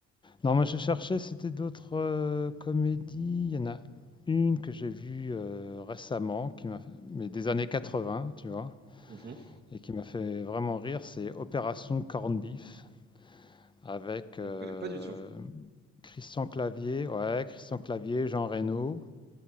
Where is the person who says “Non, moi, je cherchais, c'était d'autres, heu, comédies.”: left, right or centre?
Left